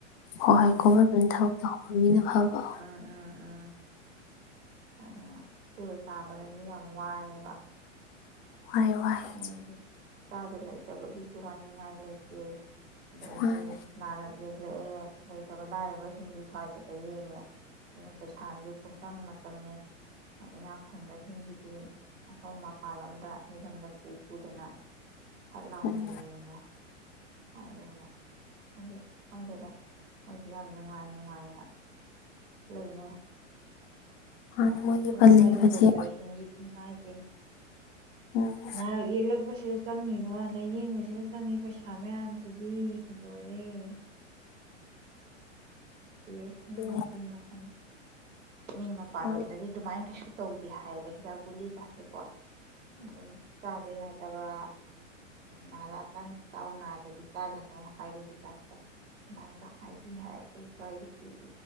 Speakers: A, on the left (about 50°); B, on the right (about 75°).
A: ꯍꯣꯏ ꯍꯣꯏ ꯒꯣꯚꯔꯃꯦꯟ ꯊꯕꯛ ꯇꯍꯧꯕ ꯃꯤꯅ ꯐꯕ
B: ꯎꯝ ꯎꯝ ꯎꯝ ꯑꯗꯨ ꯁꯨꯔ ꯆꯥꯕꯗꯗꯤ ꯌꯥꯝ ꯋꯥꯏꯑꯦꯕ
A: ꯋꯥꯏ ꯋꯥꯏ
B: ꯃꯣꯏꯗꯤ
A: ꯆꯦ
B: ꯆꯥꯗ ꯂꯩꯇꯕꯒꯤꯁꯨ ꯋꯥꯅꯤꯡꯉꯥꯏ ꯂꯩꯇꯦ ꯑꯗꯩꯗꯤ
A: ꯃꯥꯅꯦ
B: ꯅꯥꯔꯛ ꯌꯦꯛꯂꯛꯑꯦ ꯂꯩꯇꯕ ꯂꯥꯏꯔꯕꯁꯤꯡꯗꯤ ꯁ꯭ꯋꯥꯏꯗ ꯂꯥꯌꯦꯡꯉꯦ꯫ ꯄꯩꯁꯥꯁꯨ ꯄꯨꯡꯆꯪꯗ ꯆꯪꯏ꯫ ꯏꯅꯥꯛ ꯈꯨꯟꯕꯁꯤꯡꯒꯤꯗꯤ ꯑꯁꯣꯝ ꯃꯄꯥꯟꯂꯣꯝꯗ ꯃꯤꯔꯝꯗ ꯄꯨꯄꯨꯗꯅ꯫ ꯐꯠ ꯂꯥꯎꯅ
A: ꯎꯝ
B: ꯌꯦꯡꯉꯦ꯫ ꯑꯗꯨꯅ ꯍꯥꯏꯗꯤ ꯈꯪꯗꯦꯗ ꯃꯣꯏꯗꯤ ꯌꯥꯝ ꯅꯨꯡꯉꯥꯏ ꯅꯨꯡꯉꯥꯏꯅ ꯂꯩꯅꯩ꯫
A: ꯃꯥꯅꯦ
B: ꯑꯁ ꯑꯩꯈꯣꯏ
A: ꯃꯣꯏꯒꯤ ꯕꯟ
B: ꯁ꯭ꯋꯥꯏꯒꯤ
A: ꯂꯩꯕꯁꯦ
B: ꯗꯣꯛꯇꯔꯁꯤꯡꯖꯤꯗꯤ ꯏꯃꯢ ꯄꯦꯝꯃ
A: ꯎꯝ
B: ꯅꯥꯔꯛ ꯌꯦꯛꯂꯛꯄꯁꯤꯗ ꯆꯪꯉꯤꯕ ꯂꯥꯏꯌꯦꯡꯕꯁꯤꯗ ꯆꯪꯏ ꯄꯩꯁꯥ ꯃꯌꯥꯝꯁꯤꯗꯤ ꯂꯣꯏꯔꯦ꯫ ꯥꯇꯦꯁꯅ
A: ꯑꯗꯨꯅꯦ
B: ꯃꯈꯟ ꯃꯈꯟ꯫ ꯃꯤ ꯃꯄꯥꯜꯂꯣꯝꯗꯗꯤ
A: ꯍꯣꯏ
B: ꯑꯗꯨꯃꯥꯏ ꯀꯩꯁꯨ ꯇꯧꯗꯦ ꯍꯥꯏꯌꯦꯕ ꯍꯤꯗꯥꯛ ꯒꯨꯂꯤꯒꯥꯁꯦꯀꯣ꯫ ꯑꯗꯨꯝ ꯆꯥꯗ ꯌꯥꯗꯕ ꯅꯥꯔꯛꯑꯀꯥꯟꯗ ꯆꯥꯎ ꯅꯥꯗꯗꯤ ꯆꯥꯒꯅꯨ ꯍꯥꯏꯕꯒꯤ ꯇꯥꯏꯞꯇ ꯑꯗꯨꯃꯥꯏꯅꯒ ꯍꯥꯏꯕꯤ ꯍꯥꯏ ꯑꯩꯈꯣꯏ ꯁ꯭ꯋꯥꯏꯒꯤꯗꯤ